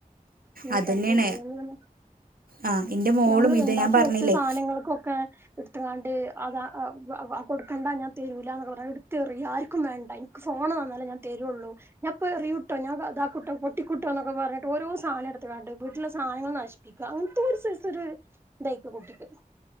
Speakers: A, on the right; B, on the right.
A: ഇനിയിപ്പ
B: അതുതന്നെയാണ്
A: എന്താ ചെയ്യാന്ന്
B: ആ എൻ്റെ മോളും
A: നമ്മള്
B: ഇത്
A: ഉണ്ടാക്കി
B: ഞാൻ പറഞ്ഞില്ലേ
A: വെച്ച സാധനങ്ങൾക്കൊക്കെ ഇട്ത്ത്ക്കാണ്ട് അത് വ കൊട്ക്കണ്ട ഞാൻ തരൂല എന്ന പറഞ്ഞ എടുത്തറിയ ആർക്കും വേണ്ട ഇ ൻക്ക് ഫോണ് തന്നാലേ ഞാൻ തരൊള്ളൂ ഞാൻപ്പ എറിയുട്ടൊ ഞാ ഇതാ കുട്ടോ പൊട്ടിക്കുട്ടോ എന്നൊക്കെ പറഞ്ഞാട്ട് ഓരോ സാധനം എടുത്ത്കാണ്ട് വീട്ടിലെ സാധനങ്ങൾ നശിപ്പിക്കുക അങ്ങനത്തെ ഒരു ഒരു ഇതായിരിക്ക കുട്ടിക്ക്